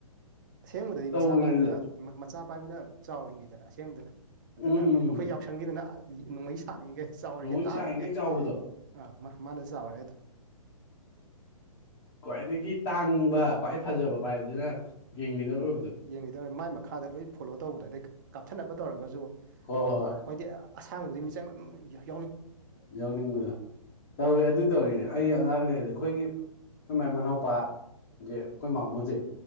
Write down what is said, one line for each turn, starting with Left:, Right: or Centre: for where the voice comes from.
Right: ꯑꯁꯦꯡꯕꯗꯗꯤ
Left: ꯇꯧꯔꯦ
Right: ꯃꯆꯥ ꯄꯥꯏꯕꯅ ꯃꯆꯥ ꯄꯥꯏꯕꯅ ꯆꯥꯎꯔꯤꯅꯤꯗꯅ ꯑꯁꯦꯡꯕꯗꯅ ꯑꯗꯨꯒ
Left: ꯎꯝ ꯎꯝ
Right: ꯑꯩꯈꯣꯏ ꯌꯥꯎꯁꯪꯒꯤꯗꯅ ꯅꯣꯡꯃꯩ ꯁꯥꯡꯉꯤꯒꯩ ꯆꯥꯎꯔꯤꯒꯩ
Left: ꯅꯣꯡꯃꯩ
Right: ꯇꯥꯡꯉꯤꯒꯩ
Left: ꯁꯥꯡꯈꯩ ꯆꯥꯎꯕꯗꯣ
Right: ꯑꯥ ꯃꯥ ꯃꯥꯅ ꯆꯥꯎꯔꯦ ꯑꯗꯣ
Left: ꯈ꯭ꯋꯥꯏꯗꯒꯤ ꯇꯥꯡꯕ ꯈ꯭ꯋꯥꯏ ꯐꯖꯕ ꯄꯥꯏꯕꯗꯨꯅ ꯒꯦꯡ ꯂꯤꯗꯕ
Right: ꯒꯦꯡ ꯂꯤꯗꯔ ꯃꯥꯏ ꯃꯈꯥꯗ ꯂꯣꯏ ꯐꯣꯂꯣ ꯇꯧꯕꯗꯣ ꯑꯗꯩ ꯀꯥꯞꯊꯠꯅꯕ ꯇꯧꯔꯒꯁꯨ
Left: ꯍꯣꯏ ꯍꯣꯏ
Right: ꯑꯩꯈꯣꯏꯗꯤ
Left: ꯍꯣꯏ
Right: ꯑꯁꯥꯡꯕꯗꯨꯢ ꯃꯤꯆꯪꯗ ꯑꯗꯨꯝ ꯌꯥꯏ
Left: ꯌꯥꯎꯅꯤꯡꯕꯗꯣ ꯇꯧꯏ ꯑꯗꯨ ꯇꯧꯔꯤꯅꯦ ꯑꯩ ꯑꯉꯥꯡ ꯑꯣꯏꯔꯤꯉꯩꯗ ꯑꯩꯈꯣꯏꯒꯤ ꯑꯩꯈꯣꯏ ꯃꯥꯏ ꯃꯅꯥꯎꯄꯥꯒꯤ ꯑꯩꯈꯣꯏ ꯃꯥꯃꯣꯖꯦ